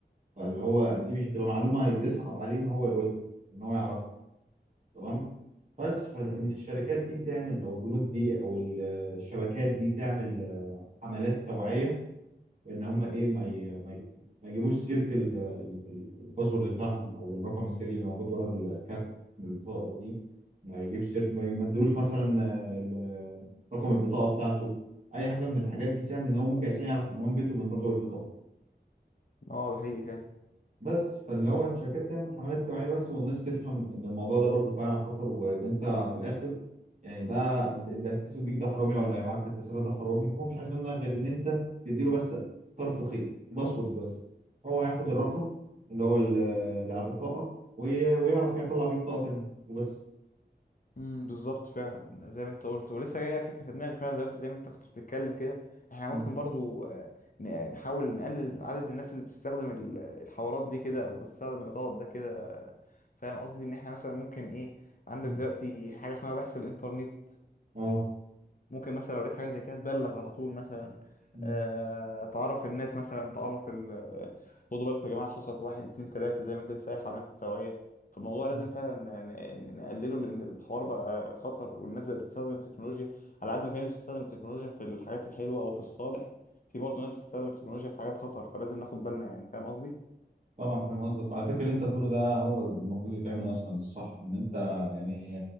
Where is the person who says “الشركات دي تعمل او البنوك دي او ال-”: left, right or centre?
Right